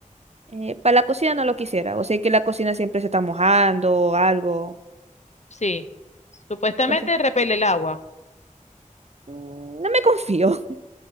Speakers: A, on the right; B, on the left.
A: Eh, para la cocina no lo quisiera. O sea que la cocina siempre se está mojando o algo.
B: Sí. Supuestamente
A: Entonces,
B: repele el agua.
A: mm, no me confío. <laughs>